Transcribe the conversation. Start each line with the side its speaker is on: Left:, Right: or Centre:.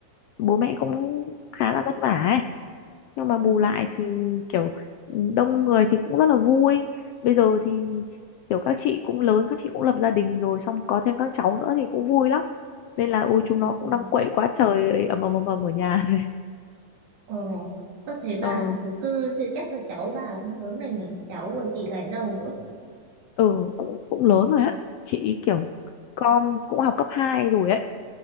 Left: bố mẹ cũng khá là vất vả ấy nhưng mà bù
Right: ừ,
Left: lại thì kiểu đông người thì cũng rất là vui bây giờ thì kiểu các chị cũng lớn các chị cũng lập gia đình rồi xong có thêm các cháu nữa thì cũng vui lắm nên là ôi chúng
Right: ừ.
Left: nó cũng đang quậy quá trời ầm ầm ầm ầm ở nhà
Right: Ờ, ơ thế bà
Left: <laughs> ờ,
Right: thứ tư thì chắc là cháu bà cũng lớn rồi nhỉ? Cháu của chị gái đầu ấy.
Left: ừ cũng cũng lớn rồi á chị kiểu con cũng học cấp 2 rồi ấy